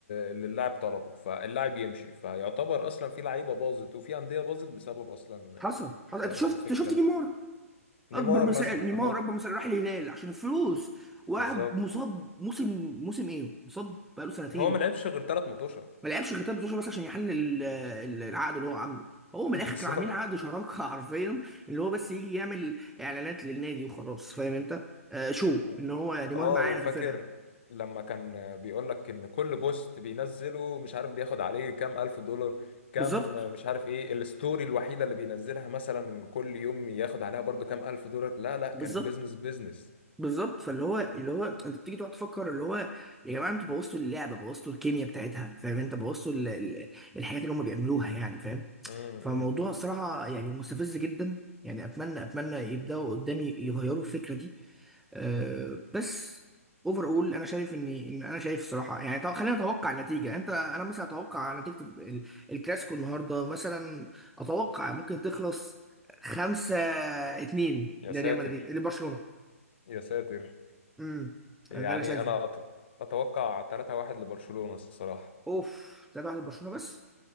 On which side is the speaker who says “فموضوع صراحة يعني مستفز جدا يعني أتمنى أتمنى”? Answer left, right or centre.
Centre